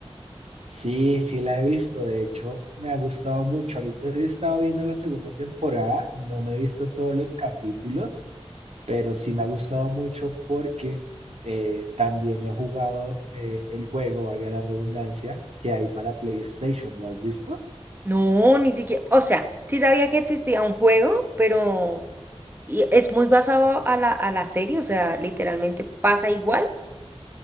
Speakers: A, on the right (about 75°); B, on the right (about 20°).
A: sí, sí la he visto. De hecho, me ha gustado mucho. Ahorita he estado viendo la segunda temporada. No me he visto todos los capítulos, pero sí me ha gustado mucho porque eh, también he jugado eh, el juego, valga la redundancia, que hay para PlayStation. ¿Lo has visto?
B: No, ni siquiera, o sea, sí sabía que existía un juego, pero y es muy basado a la, a la serie, o sea, literalmente pasa igual